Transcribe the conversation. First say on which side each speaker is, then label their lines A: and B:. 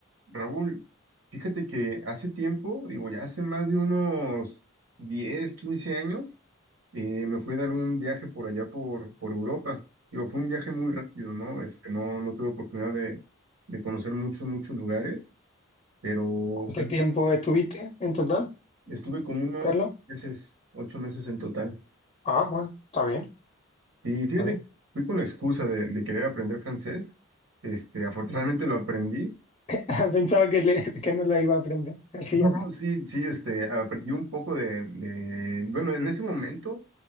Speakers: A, on the right; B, on the left.
A: Raúl, fíjate que hace tiempo, digo, ya hace más de unos 10 15 años, eh, me fui a dar un viaje por allá por, por Europa. Digo, fue un viaje muy rápido, ¿no? Este, no, no tuve oportunidad de, de conocer muchos, muchos lugares, pero
B: ¿Cuánto
A: sí,
B: tiempo estuviste en total,
A: estuve como unos
B: Carlos?
A: meses, ocho meses en total.
B: Ah, bueno, está bien,
A: Y fíjate,
B: está bien.
A: fui con la excusa de, de querer aprender francés. Este, afortunadamente lo aprendí.
B: <laughs> Pensaba que, le- que no la iba a aprender. <laughs> Así
A: No, sí, sí, este, aprendí un poco de, de- bueno, en ese momento